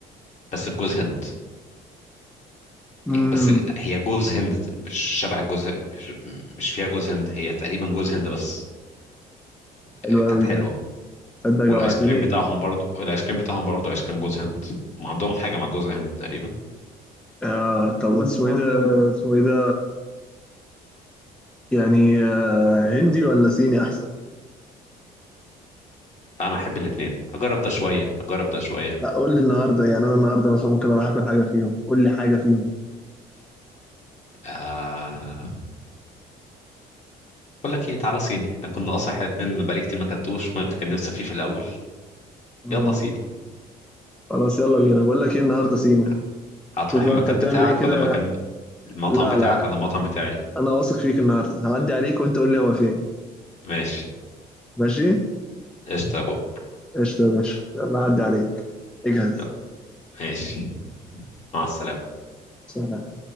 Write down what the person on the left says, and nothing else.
بس بجوز هند
بس لا، هي جوز هند مش شبه الجوز مش, مش فيها جوز هند هي تقريبا جوز هند بس كانت
حلوة
والايس
كريم بتاعهم برضو الايس كريم بتاعهم برضو ايس كريم جوز هند ما عندهم حاجه مع جوز هند تقريبا
انا احب الاثنين اجرب ده شويه اجرب ده شويه
آه... بقول لك ايه تعالى صيني احنا كنا اصلا احنا الاثنين بقالي كتير ما اكلتوش وانت كان نفسك فيه في الاول
يلا صيني
ه- هتروح
المكان
بتاعك
ولا المكان المطعم
بتاعك
ولا المطعم بتاعي
ماشي
قشطه يا بابا
يلا ماشي مع السلامه